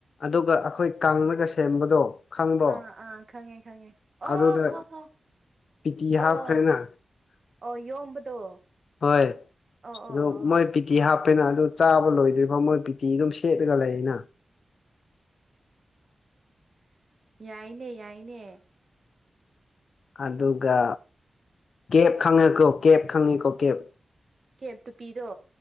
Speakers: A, on the left; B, on the right.
A: ꯑꯗꯨꯒ ꯑꯩꯈꯣꯏ ꯀꯥꯡꯂꯒ ꯁꯦꯝꯕꯗꯣ ꯈꯪꯕ꯭ꯔꯣ
B: ꯑꯥ ꯑꯥ ꯈꯪꯉꯦ ꯈꯉꯦ ꯑꯣ
A: ꯑꯗꯨꯗ
B: ꯍꯣ ꯍꯣ
A: ꯄꯤꯇꯤ ꯍꯥꯞꯈ꯭ꯔꯦꯅ
B: ꯑꯣ ꯑꯣ ꯌꯣꯝꯕꯗꯣ
A: ꯍꯣꯏ
B: ꯑꯣ
A: ꯑꯗꯨ
B: ꯑꯣ ꯑꯣ ꯑꯣ
A: ꯃꯣꯏ ꯄꯤꯇꯤ ꯍꯥꯞꯄꯦꯅ ꯑꯗꯨ ꯆꯥꯕ ꯂꯣꯏꯗ꯭ꯔꯤꯕꯥꯎ ꯃꯣꯏ ꯄꯤꯇꯤ ꯑꯗꯨꯝ ꯁꯦꯠꯂꯒ ꯂꯩꯌꯦꯅ
B: ꯌꯥꯏꯅꯦ ꯌꯥꯏꯅꯦ
A: ꯑꯗꯨꯒ ꯀꯦꯞ ꯈꯪꯉꯦꯀꯣ ꯀꯦꯞ ꯈꯪꯉꯤꯀꯣ ꯀꯦꯞ
B: ꯀꯦꯞꯇꯨ ꯄꯤꯗꯣ